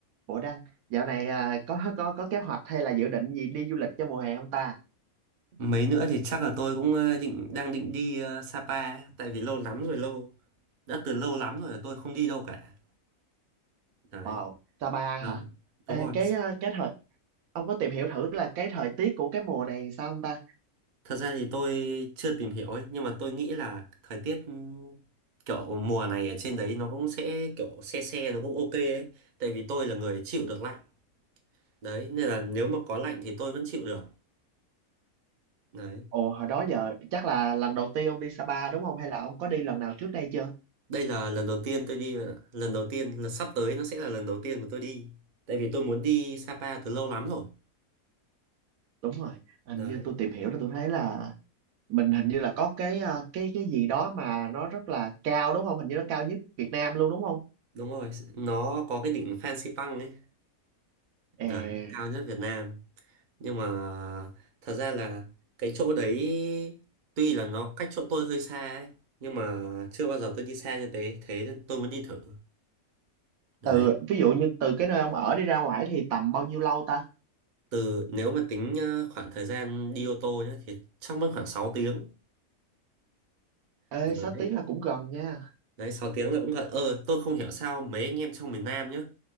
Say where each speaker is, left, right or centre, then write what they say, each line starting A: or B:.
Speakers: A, on the right (about 75°); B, on the right (about 60°).
A: Ủa Đăng, dạo này à, có có có kế hoạch hay là dự định gì đi du lịch cho mùa hè không ta?
B: mấy nữa thì chắc là tôi cũng ờ, định đang định đi ờ, Sapa tại vì lâu lắm rồi lâu đã từ lâu lắm rồi là tôi không đi đâu cả đấy
A: Wow, Sapa
B: ừ.
A: hả? Ê,
B: đúng rồi
A: cái à, cái thời ông có tìm hiểu thử là cái thời tiết của cái mùa này sao không ta?
B: thật ra thì tôi chưa tìm hiểu ấy nhưng mà tôi nghĩ là thời tiết ừm, kiểu mùa này ở trên đấy nó cũng sẽ kiểu se se nó cũng ok ấy tại vì tôi là người chịu được lạnh đấy nên là nếu mà có lạnh thì tôi vẫn chịu được đấy
A: Ồ hồi đó giờ chắc là lần đầu tiên ông đi Sapa đúng không? Hay là ông có đi lần nào trước đây chưa?
B: đây là lần đầu tiên tôi đi bạn ạ. lần đầu tiên là sắp tới nó sẽ là lần đầu tiên mà tôi đi tại vì tôi muốn đi Sapa từ lâu lắm rồi
A: Đúng rồi, hình
B: đấy
A: như tôi tìm hiểu là tôi thấy là mình hình như là có cái à, cái cái gì đó mà nó rất là cao đúng không? Hình như nó cao nhất Việt Nam luôn đúng không?
B: đúng rồi nó có cái đỉnh Fansipan ấy
A: Ê,
B: đấy, cao nhất Việt Nam nhưng mà thật ra là cái chỗ đấy tuy là nó cách chỗ tôi hơi xa ấy nhưng mà chưa bao giờ tôi đi xa như thế thế nên tôi muốn đi thử đấy
A: từ ví dụ như từ cái nơi ông ở đi ra ngoài thì tầm bao nhiêu lâu ta?
B: từ nếu mà tính ờ, khoảng thời gian đi ô tô nhá thì chắc mất khoảng sáu tiếng
A: Ê,
B: đấy
A: 6 tiếng là cũng gần nha.
B: đấy sáu tiếng là cũng gần ờ tôi không hiểu sao mấy anh em trong miền Nam nhá